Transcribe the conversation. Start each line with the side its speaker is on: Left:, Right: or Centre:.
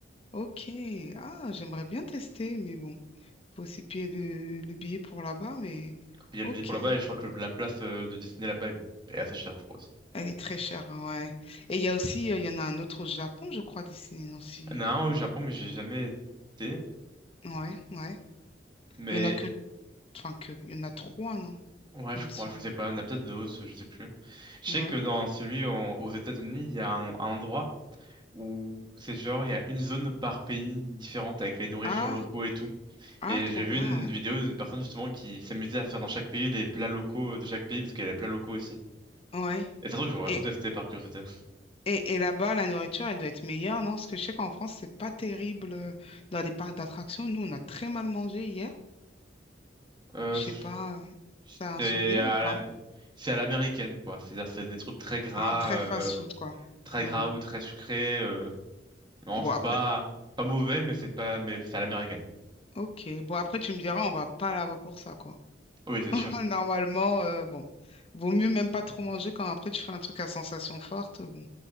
Left: Ok, ah, j'aimerais bien tester, mais bon, faut aussi payer le, le billet pour là-bas, mais
Right: Puis il y a
Left: ok,
Right: le billet pour là-bas, et je crois que le- la place euh, de Disney là-bas est, est assez chère, je pense.
Left: elle est très chère, hein, ouais. Et il y a aussi, euh, il y en a un autre au Japon, je crois, Disney, non, si...
Right: Il y en a un au Japon, mais j'ai jamais été,
Left: Ouais, ouais.
Right: mais
Left: Il y en a que, enfin que, il y en a trois, non,
Right: ouais,
Left: il
Right: je
Left: me
Right: crois,
Left: semble.
Right: je sais pas, il y en a peut-être d'autres, je sais plus. Je sais
Left: Ouais.
Right: que dans celui en- aux États-Unis, il y a un, un endroit. où c'est genre, il y a une zone par pays différente avec les nourritures
Left: Ah,
Right: locaux et tout.
Left: ah,
Right: Et
Left: trop
Right: j'ai vu
Left: bien,
Right: une
Left: ouais.
Right: vidéo d'une personne justement qui s'amusait à faire dans chaque pays les plats locaux de chaque pays parce qu'il y a les plats locaux aussi.
Left: Ouais.
Right: Et c'est un truc que j'aimerais
Left: et
Right: trop tester par curiosité.
Left: Et, et là-bas, la nourriture, elle doit être meilleure, non? Parce que je sais qu'en France, c'est pas terrible euh, dans les parcs d'attractions. Nous, on a très mal mangé hier.
Right: Euh,
Left: Je
Right: pff,
Left: sais pas, euh, t'as
Right: c'est
Left: un souvenir
Right: à
Left: ou pas?
Right: la... c'est à l'américaine quoi. C'est-à-dire c'est des trucs très gras,
Left: Ah, très
Right: euh,
Left: fast-food, quoi.
Right: très
Left: Hmm.
Right: gras ou très sucrés. euh. Non,
Left: Bon,
Right: c'est
Left: après,
Right: pas pas mauvais, mais c'est pas, mais c'est à l'américaine.
Left: ok. Bon, après, tu me diras, on va pas là-bas pour ça, quoi.
Right: Oui, c'est sûr.
Left: <laughs> Normalement, euh, bon, vaut mieux même pas trop manger quand après tu fais un truc à sensation forte. Bon.